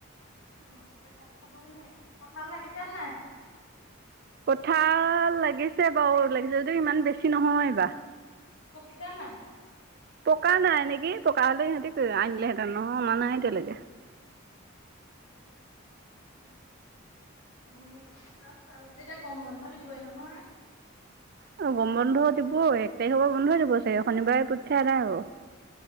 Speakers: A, on the left; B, on the right.
A: অ কেঁচালে খাবই নোৱাৰি কঠাল লাগিছে নাই
B: কঠাল লাগিছে বাৰু লাগিছে যদিও ইমান বেছি নহয় এইবাৰ
A: পকিচেন নাই
B: পকা নাই নেকি পকা হলে সিহঁতি আনিলেহেঁতেন নহয় অনা নাই এতিয়ালৈকে
A: উম, এৰা, ছোৱালীহতে এতিয়া গৰম বন্ধ দিবই নহয়
B: আৰু গম বন্ধ দিব এক তাৰিখৰ পৰা বন্ধই দিব চাগে শনিবাৰে পৰীক্ষা এদাই হব